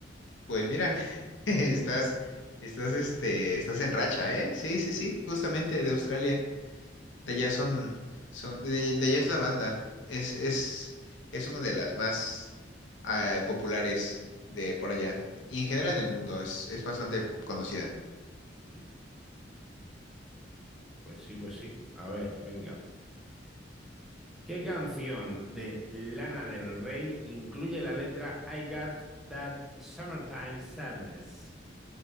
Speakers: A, on the left (about 80°); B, in the centre.
A: Pues mira, <laughs> estás, estás, este, estás en racha, ¿eh? Sí, sí, sí, justamente de Australia. De allá son, son, de, de allá es la banda. Es, es, es una de las más eh, populares de por allá. Y en general en el mundo es, es bastante conocida.
B: Mm. Pues sí, pues sí. A ver, venga. ¿Qué canción de Lana del Rey incluye la letra I Got That Summertime Sadness?